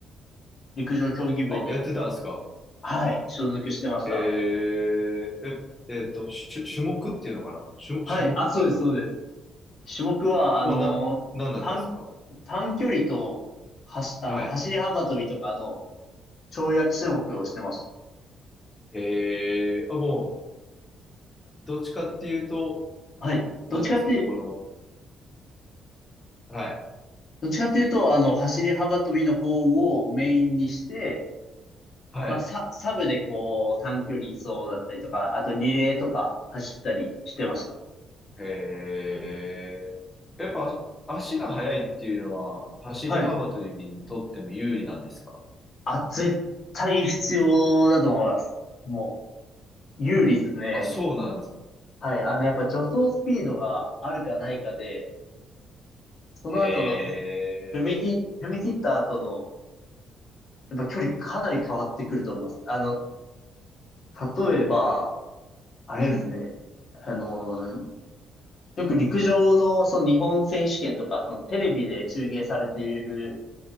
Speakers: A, on the left; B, on the left.
A: 陸上競技部に、
B: あ、やってたんですか。
A: はい、所属してました。
B: へえ、え、えっと、種、種目っていうのかな種、
A: はい。
B: 種目っていうのかな
A: あ、そうです、そうです。種目は、あの、
B: は、な、何だったんですか
A: 短、短距離と、はし、あの、
B: はい。
A: 走り幅跳びとかの跳躍種目をしてました。
B: へえ、あ、もう、どっちかっていうと、
A: はい。
B: 何ですかこの、
A: どっちかって、
B: はい。
A: どっちかっていうと、あの、走り幅跳びの方をメインにして、
B: はい。
A: まあ、サ、サブでこう、短距離走だったりとか、あとリレーとか走ったりしてました。
B: へえ。やっぱ足が速いっていうのは走り幅跳びにとっても有利なんですか
A: はい。あ、絶対必要だと思います。もう、有利ですね。
B: あ、そうなんですよ。
A: はい。あの、やっぱ助走スピードがあるかないかで、その後の
B: へえ。
A: 踏み切、踏み切った後の、やっぱ距離かなり変わってくると思います。あの、例えば、あれですね。
B: うん。
A: あの、よく陸上のその日本選手権とか、そのテレビで中継されている、